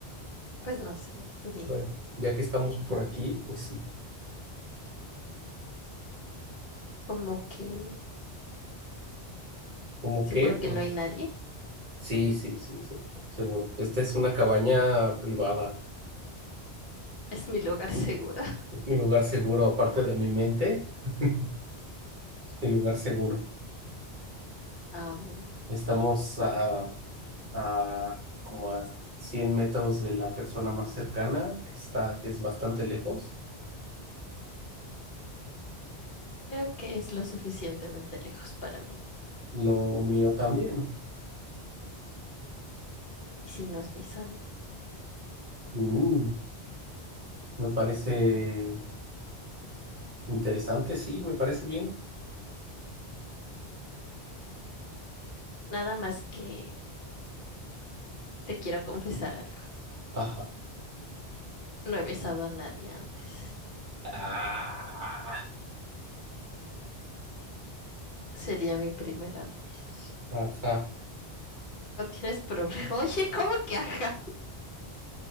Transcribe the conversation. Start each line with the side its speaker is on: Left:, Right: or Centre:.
Left: pues no sé, tú dime.
Right: Bueno, ya que estamos por aquí, pues sí.
Left: Como que
Right: ¿Cómo
Left: seguro
Right: qué? Pues
Left: que no hay nadie,
Right: sí, sí, sí, sí, seguro. Esta es una cabaña privada.
Left: <laughs> es mi lugar <laughs> seguro.
Right: Es mi lugar seguro, aparte de mi mente, <laughs> es mi lugar seguro.
Left: Ah, mira,
Right: Estamos a, a como a 100 metros de la persona más cercana, que está, que es bastante lejos.
Left: creo que es lo suficientemente lejos para mí.
Right: Lo mío también.
Left: Y si nos besamos,
Right: Uh, me parece interesante, sí, me parece bien.
Left: nada más que te quiero confesar algo.
Right: Ajá.
Left: No he besado a nadie antes.
Right: Ah.
Left: Sería mi primera vez.
Right: Ajá.
Left: No tienes problema. <laughs> Oye, ¿cómo que ajá?